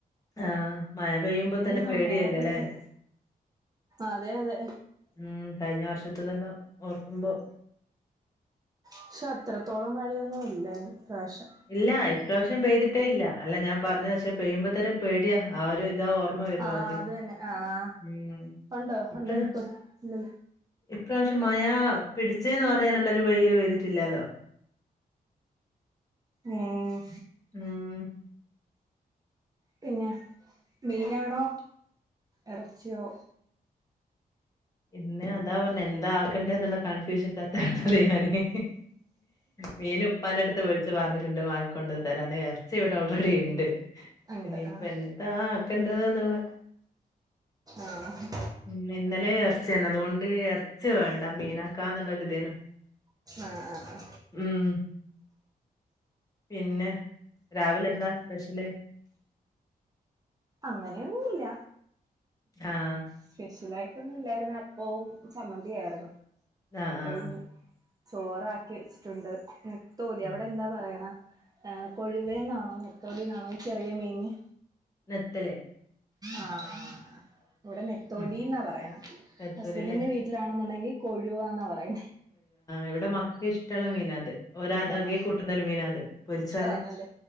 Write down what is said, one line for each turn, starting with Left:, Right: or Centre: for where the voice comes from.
Left: ആഹ് മഴ പെയ്യുമ്പോ തന്നെ
Right: നോക്ക
Left: പേടിയല്ലല്ലേ
Right: അതെ അതെ
Left: ഉം കഴിഞ്ഞ വർഷത്ത തന്നെ ഓർക്കുമ്പോ
Right: പക്ഷെ അത്രത്തോളം മഴയൊന്നും ഇല്ല പ്രാവശ്യം
Left: ഇല്ല ഇപ്രാവശ്യം പെയ്തിട്ടേ ഇല്ല അല്ല ഞാൻ പറഞ്ഞു പക്ഷെ പെയ്യുമ്പോത്തന്നെ പേടിയാ ആഹ് ഒരു ഇതാ ഓർമ്മ വരുവ
Right: ആഹ്
Left: ആദ്യം
Right: അത് തന്നെ ആഹ്
Left: ഉം
Right: ഉണ്ടോ
Left: ഇപ്രാ
Right: ഉണ്ടേ കൊടു പിന്ന
Left: ഇപ്രാവശ്യം മഴ പിടിച്ചന്ന് പറയാനുള്ള ഒരു വഴിയിൽ വഴ്തിട്ടില്ലാലോ
Right: ഉം
Left: ഉം
Right: പിന്നെ മീനണോ ഇറച്ചിയോ
Left: പിന്ന അതാ പറഞ്ഞ എന്താ ണ്ടുള്ള കൺഫ്യൂഷന്റെത്തള്ളത് ഞാന് മീൻ ഉപ്പാന്റെ അടുത്ത് പറഞ്ഞിട്ടുണ്ട് വങ്ങിക്കൊണ്ട തരാ ഇറച്ചി ഇവിടെ ഓൾറെഡി ഉണ്ട്
Right: ഉണ്ട്
Left: ഇനി ഇപ്പ
Right: ആഹ്
Left: എന്താ ആക്കേണ്ടത് എന്നുള്ള
Right: ആഹ്
Left: ഉം ഇന്നലെ ചർച്ചയാണ് അതുകൊണ്ട് ച്ച വേണ്ട മീനാക്കാ എന്നുള്ളൊരി ഇതേനും
Right: ആഹ്
Left: ഉം പിന്നെ രാവിലെ എന്താ സ്പെഷ്യല്
Right: അങ്ങനെയൊന്നുമില്ല
Left: ആഹ്
Right: സ്പെഷ്യലായിട്ടൊന്നുംല്ലായിരുന്ന പോവും ചമ്മന്തിയായിരുന്നു
Left: ആഹ്
Right: കഴിഞ്ഞ്
Left: ആഹ്
Right: ചോറാക്കി വെച്ചിട്ടുണ്ട് നെത്തോലി
Left: ആഹ്
Right: അവിടെന്താ പറയണ് കൊഴുവേന്നാണോ നെത്തോലിന്നാണോ ഈ ചെറിയ മീന്
Left: നെത്തൊലി
Right: ആഹ് ഇവിടെ നെത്തോലി
Left: ഉം
Right: എന്നാ പറയണ
Left: നെത്തോലല്ലേ
Right: ഹസ്ബൻഡിന്റെ വീട്ടി ലാണെന്നുണ്ടെങ്കി കൊഴുവാന്ന പറയുന്നെ
Left: ഇവിടെ മക്കക്ക് ഇഷ്ടമുള്ള മീന അത് ഒരാ
Right: ആഹ്
Left: ആകെ കൂട്ടുന്നൊരു മീന അത് പൊരിച്ചാല്
Right: ആന്നല്ലേ